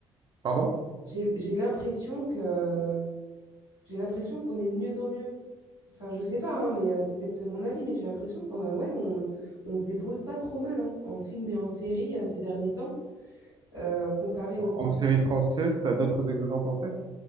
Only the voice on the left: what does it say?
j'ai j'ai l'impression que j'ai l'impression qu'on est de mieux en mieux. Enfin, je sais pas, hein, mais euh, c'est peut-être mon avis, mais j'ai l'impression qu'on euh, ouais, on, on se débrouille pas trop mal hein, en film et en série euh, ces derniers temps, euh, comparé aux...
Américains.